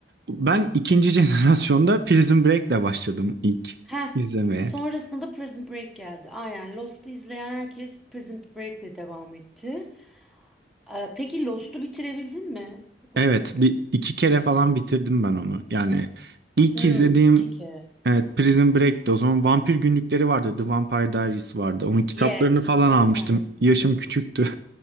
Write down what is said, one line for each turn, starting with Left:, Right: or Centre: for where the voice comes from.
Right: Ben ikinci <laughs> jenerasyonda Prison Break'le başladım ilk
Centre: Heh.
Right: izlemeye.
Centre: Sonrasında Prison Break geldi. Aynen Lost'u izleyen herkes Prison Break'le devam etti. Ee, peki Lost'u bitirebildin mi? Çok uzundu.
Right: Evet, bir iki kere falan bitirdim ben onu. Yani ilk
Centre: Hmm,
Right: izlediğim
Centre: iki kere.
Right: evet, Prison Break'ti. O zaman Vampir Günlükleri vardı. The Vampire Diaries vardı. Onun kitaplarını
Centre: Yes,
Right: falan
Centre: The Vampire.
Right: almıştım. Yaşım küçüktü. <laughs>